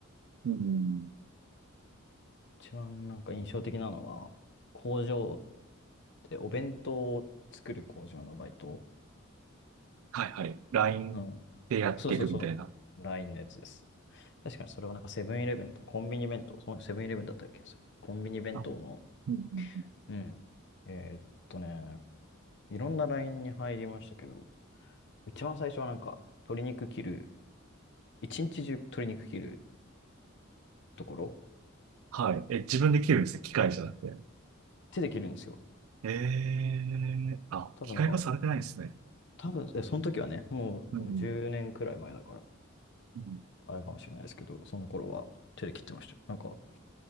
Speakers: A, on the right (about 80°); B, on the left (about 60°).
A: うん。
B: 一番なんか印象的なのは、工場ってお弁当を作る工場のバイト。
A: はいはい。LINE
B: うん。
A: でやっていくみたいな。
B: そうそうそう。ラインのやつです。確かにそれはなんかセブンイレブンとかコンビニ弁当、そうセブンイレブンだったような気がする。コンビニ弁当の、
A: あ、うんうん
B: うん。えーっとね、いろんなラインに入りましたけど、一番最初はなんか、鶏肉切る一日中鶏肉切るところ、
A: はい。え、自分で切るんですね。機械じゃなく
B: 手で切るんですよ。
A: て。えー、あ、
B: 多分なんか、
A: 機械化されてないんですね。
B: 多分、え、その時はね、もうでも10年くらい前だから、
A: うん。うん。
B: あれかもしれないですけど、その頃は手で切ってましたよ。なんか、